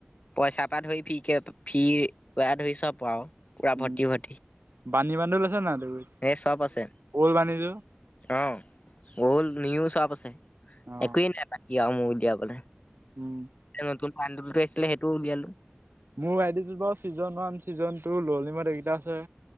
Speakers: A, on the left; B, on the right.
A: পইচাৰ পৰা ধৰি ফ্ৰী কে, ফ্ৰী ধৰি চব আৰু। পুৰা
B: উম
A: ভৰ্তি ভৰ্তি।
B: বানী বান্ধোল লৈছে নাই তই?
A: এই চব আছে।
B: ঔলদ বান্দোলটো।
A: অ' ঔলদ নিও চব আছে
B: অ'।
A: একোৱেই নাই বাকী আৰু মোৰ উলিয়াবলে।
B: উম,
A: নতুন বাণ্ডল'টো আছিলে সেইটোও উলিয়ালো।
B: মোৰ আইদিটোত বাৰু ছিজন ৱান ছিজন টু ল'লইমত এইকেইটা আছে।